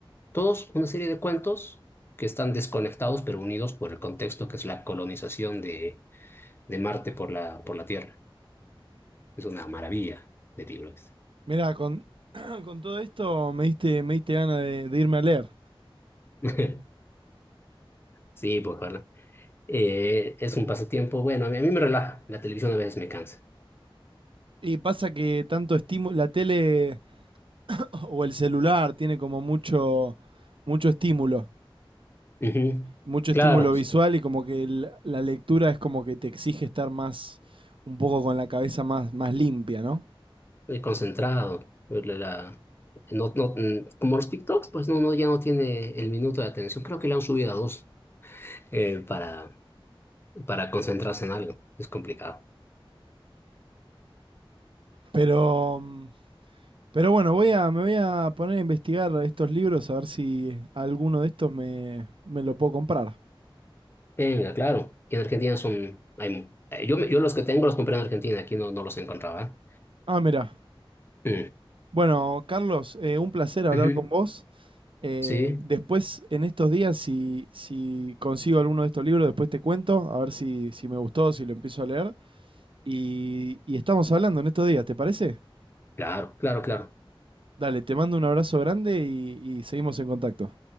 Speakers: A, on the left; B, on the right.
A: todos una serie de cuentos que están desconectados pero unidos por el contexto que es la colonización de, de Marte por la, por la Tierra. Es una maravilla de libros.
B: Mira, con, <clears throat> con todo esto me diste, me diste ganas de, de irme a leer.
A: <laughs> Sí, pues, Eh, es un pasatiempo, bueno, a mí, a mí me relaja, la televisión a veces me cansa.
B: Y pasa que tanto estímulo, la tele o el celular tiene como mucho, mucho estímulo,
A: Ujú.
B: mucho
A: Claro,
B: estímulo
A: estoy
B: visual y como que el- la lectura es como que te exige estar más, un poco con la cabeza más, más limpia, ¿no?
A: concentrado. pues, La, la- no, no, mm, como los TikToks, pues no, no, ya no tiene el minuto de atención. Creo que le han subido a dos eh, para, para concentrarse en algo. Es complicado.
B: Pero, mm, pero bueno, voy a, me voy a poner a investigar estos libros a ver si alguno de estos me, me lo puedo comprar.
A: Venga, claro. Y en Argentina son... Hay, eh, yo, yo los que tengo los compré en Argentina, aquí no, no los encontraba.
B: Ah, mira.
A: ¿eh?
B: Bueno, Carlos, eh, un placer hablar
A: Mm. Ujú.
B: con vos. Eh,
A: Sí,
B: después, en estos días, si, si consigo alguno de estos libros, después te cuento, a ver si, si me gustó, si lo empiezo a leer. Y, y estamos hablando en estos días, ¿te parece?
A: claro, claro, claro.
B: Dale, te mando un abrazo grande y y seguimos en contacto.